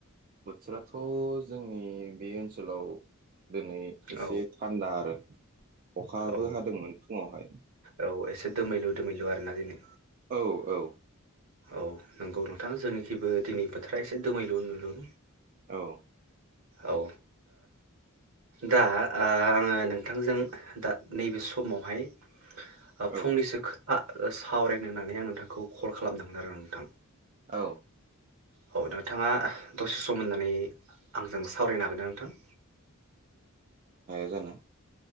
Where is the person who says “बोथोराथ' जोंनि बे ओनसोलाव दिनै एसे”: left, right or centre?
Right